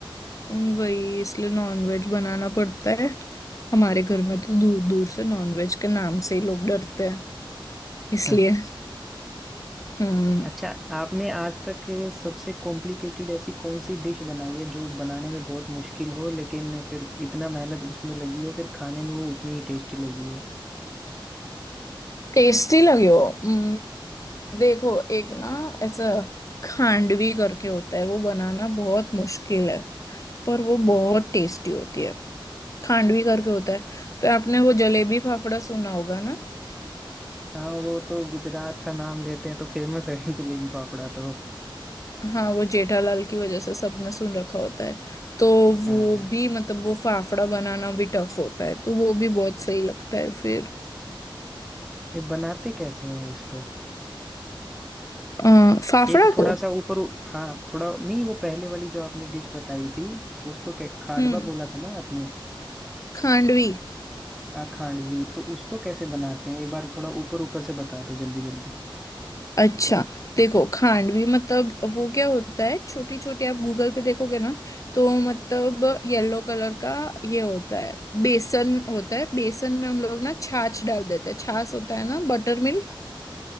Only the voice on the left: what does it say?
हम्म, वही इसलिए नॉनवेज बनाना पड़ता है हमारे घर में तो दूर दूर से नॉनवेज के नाम से ही लोग डरते हैं इसलिए
हम्म
टेस्टी लगे हो हम्म, देखो एक ना ऐसा खांडवी करके होता है वो बनाना बहुत मुश्किल है पर वो बहुत टेस्टी होती है खांडवी करके होता है फिर आपने वो जलेबी फाफड़ा सुना होगा ना
हाँ वो जेठालाल की वजह से सबने सुन रखा होता है तो
वो भी मतलब वो फाफड़ा बनाना भी टफ होता है तो वो भी बहुत सही लगता है फिर
आ, फाफड़ा
को
हम्म
खांडवी
अच्छा देखो खांडवी मतलब वो क्या होता है छोटी छोटी आप गूगल पे देखोगे ना तो मतलब येलो कलर का ये होता है बेसन होता है बेसन में हम लोग ना छाछ डाल देते हैं छाछ होता है ना बटर मिल्क